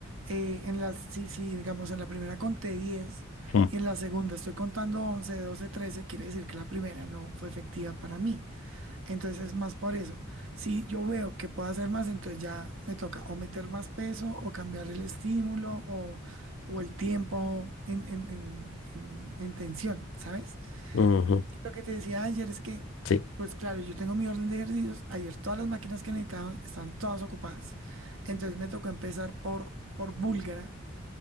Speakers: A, on the right (about 75°); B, on the left (about 70°).
A: eh, en las, si, si, digamos, en la primera conté 10
B: mm,
A: y en la segunda estoy contando 11, 12, trece quiere decir que la primera no fue efectiva para mí. Entonces es más por eso. Si yo veo que puedo hacer más, entonces ya me toca o meter más peso o cambiar el estímulo o, o el tiempo en, en, en, en- en tensión, ¿sabes?
B: ujú,
A: Y lo que te decía ayer es que,
B: sí.
A: pues claro, yo tengo mi orden de ejercicios. Ayer todas las máquinas que necesitaba estaban todas ocupadas. Entonces me tocó empezar por, por búlgara.